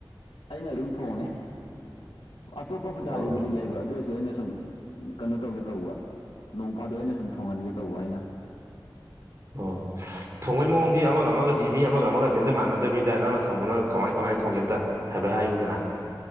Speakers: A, on the left (about 80°); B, on the right (about 35°).
A: ꯑꯩꯅ ꯑꯗꯨꯝ ꯊꯣꯡꯉꯦ ꯑꯇꯣꯞꯄ ꯄꯨꯖꯥꯁꯤꯕꯨꯗꯤ
B: ꯑꯣ
A: ꯂꯩꯕ ꯑꯗꯨ ꯁꯨ ꯑꯩꯅ ꯁꯨꯝ ꯀꯩꯅꯣ ꯇꯧꯒꯦ ꯇꯧꯕ ꯅꯣꯡ ꯐꯥꯗꯣ ꯑꯩꯅ ꯁꯨꯝ ꯊꯣꯡꯍꯟꯒꯦ ꯇꯧꯕ ꯑꯩꯅ
B: ꯑꯣ ꯊꯣꯡꯃꯩꯃꯑꯣꯡ ꯗꯤ ꯑꯃꯒ ꯑꯃꯒꯗꯤ ꯃꯤ ꯑꯃꯒ ꯑꯃꯒꯗꯤ ꯑꯝꯇ ꯃꯥꯟꯅꯗꯕꯤꯗ ꯅꯪꯅ ꯊꯣꯡꯕ ꯅꯪ ꯀꯃꯥꯏ ꯀꯃꯥꯏ ꯊꯣꯡꯒꯦ ꯑꯝꯇ ꯍꯥꯏꯕꯦꯠ ꯍꯥꯏꯌꯨꯗꯅ